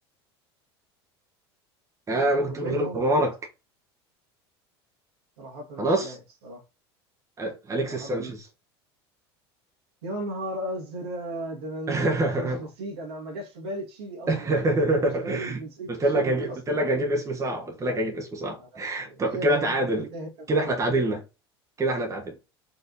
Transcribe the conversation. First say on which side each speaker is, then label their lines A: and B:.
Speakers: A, on the right; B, on the right.
A: آه ممكن
B: روبينهو
A: تقول غلب حمارك
B: ولا بس- صراحه مش
A: خلاص
B: لاقي الصراحه
A: أ- أليكسيس
B: صراحه
A: سانشيز
B: يا نهار ازرق ده انا
A: <laughs>
B: ناس- مش نسيت انا ما جاش في بالي تشيلي اصلا
A: <laughs>
B: ما جاش في بالي جنسيه
A: قلت
B: تشيلي
A: لك هجيب
B: دي اصلا
A: قلت لك هجيب اسم صعب قلت لك هجيب اسم صعب
B: لا،
A: طب
B: هي
A: كده
B: النهاية
A: تعادل
B: النهاية كانت
A: كده احنا
B: صعبة
A: تعادلنا كده احنا تعادلنا